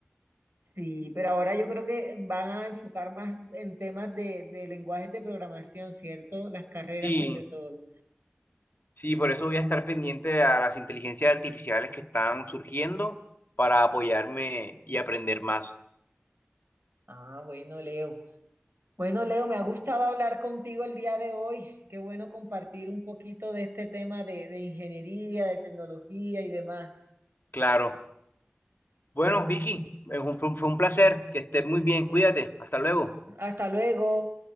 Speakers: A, on the right; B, on the left.
A: Sí, pero ahora yo creo que van a enfocar más en temas de, de lenguajes de programación, ¿cierto? Las carreras
B: Sí,
A: sobre todo.
B: sí, por eso voy a estar pendiente a las inteligencias artificiales que están surgiendo para apoyarme y aprender más.
A: Ah, bueno, Leo. Bueno, Leo, me ha gustado hablar contigo el día de hoy. Qué bueno compartir un poquito de este tema de, de ingeniería, de tecnología y demás.
B: Claro. Bueno, Vicky, es un- fue un placer. Que estés muy bien. Cuídate. Hasta luego.
A: Hasta luego.